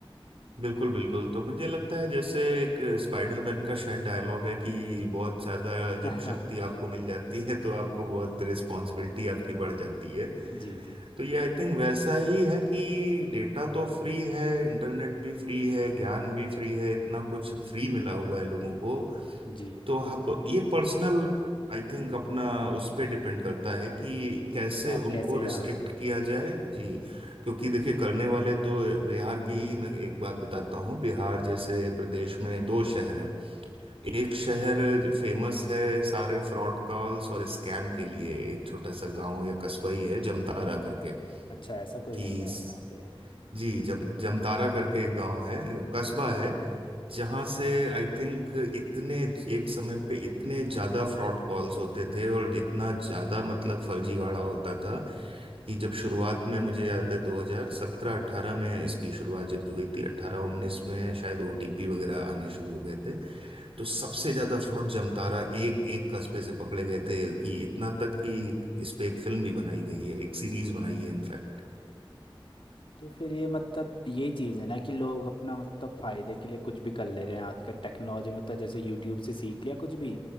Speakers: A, on the right; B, on the left.
A: बिल्कुल बिल्कुल तो मुझे लगता है जैसे एक स्पाइडरमैन का शायद डायलॉग है कि बहुत ज्यादा
B: <laughs> हाँ
A: जब
B: हाँ
A: शक्ति आपको मिल जाती है तो आपको बहुत रिस्पॉन्सिबिलिटी आपकी बढ़ जाती है
B: जी जी
A: तो ये आई थिंक वैसा ही है कि डेटा तो फ्री है इंटरनेट भी फ्री है ज्ञान भी फ्री है इतना कुछ फ्री मिला हुआ है लोगों को
B: जी
A: तो अब ये पर्सनल आई थिंक अपना उस पे डिपेंड करता है कि कैसे
B: आप
A: उनको
B: कैसे
A: रिस्ट्रिक्ट
B: हाँ
A: किया जाए जी
B: हम्म,
A: क्योंकि देखिए करने वाले तो बिहार की ही मैं एक बात बताता हूँ बिहार जैसे प्रदेश में दो शहर हैं एक शहर फेमस है सारे फ्रॉड कॉल्स और स्कैम के लिए एक छोटा सा गांव या कस्बा ही है जमतारा करके
B: अच्छा ऐसा कोई
A: कि
B: है क्या वहाँ पे
A: जी जम जमतारा करके एक गांव है कस्बा है जहां से आई थिंक इतने एक समय पे इतने ज्यादा फ्रॉड कॉल्स होते थे और इतना ज्यादा मतलब फर्जीवाड़ा होता था कि जब शुरुआत में मुझे याद है 2017 18 में इसकी शुरुआत जब हुई थी 18 19 में शायद ओटीपी वगैरह आने शुरू हो गए थे तो सबसे ज्यादा फ्रॉड जमतारा एक एक कस्बे से पकड़े गए थे कि इतना तक कि इस पे एक फिल्म भी बनाई गई है एक सीरीज बनाई है इनफैक्ट
B: तो फिर ये मतलब यही चीज़ है ना कि लोग अपना मतलब फ़ायदे के लिए कुछ भी कर ले रहे हैं आजकल टेक्नोलॉजी मतलब जैसे यूट्यूब से सीख लिया कुछ भी